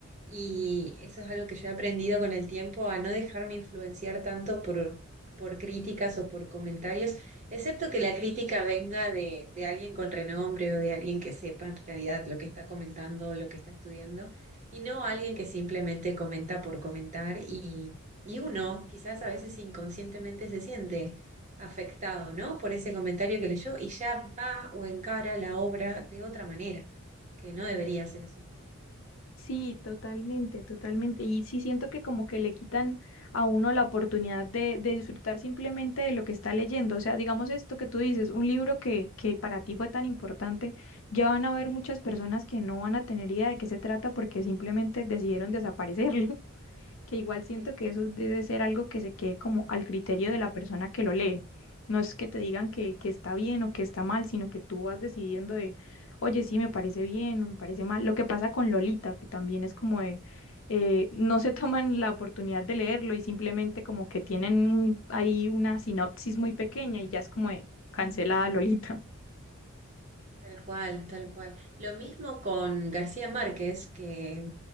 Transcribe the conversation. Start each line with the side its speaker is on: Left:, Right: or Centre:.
Right: y eso es algo que yo he aprendido con el tiempo a no dejarme influenciar tanto por, por críticas o por comentarios, excepto que la crítica venga de, de alguien con renombre o de alguien que sepa en realidad lo que está comentando, lo que está estudiando, y no alguien que simplemente comenta por comentar y uno quizás a veces inconscientemente se siente afectado, ¿no? Por ese comentario que leyó y ya va o encara la obra de otra manera, que no debería ser así.
Left: Sí, totalmente, totalmente. Y sí siento que como que le quitan a uno la oportunidad de, de disfrutar simplemente de lo que está leyendo. O sea, digamos esto que tú dices, un libro que, que para ti fue tan importante, ya van a haber muchas personas que no van a tener idea de qué se trata porque simplemente decidieron desaparecerlo. que igual siento
Right: Sí.
Left: que eso debe ser algo que se quede como al criterio de la persona que lo lee. No es que te digan que, que está bien o que está mal, sino que tú vas decidiendo de, oye, sí, me parece bien o me parece mal. Lo que pasa con Lolita, que también es como de, eh, no se <laughs> toman la oportunidad de leerlo y simplemente como que tienen un- ahí una sinopsis muy pequeña y ya es como de cancelada Lolita.
Right: Tal cual, tal cual. Lo mismo con García Márquez, que